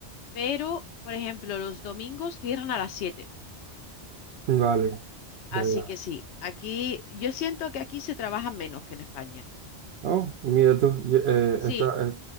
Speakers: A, on the left (about 80°); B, on the right (about 70°).
A: Pero, por ejemplo, los domingos cierran a las 7.
B: Vale, ya,
A: Así
B: ya.
A: que sí, aquí yo siento que aquí se trabaja menos que en España.
B: Oh, y mira tú, yo- eh,
A: Sí,
B: está, eh,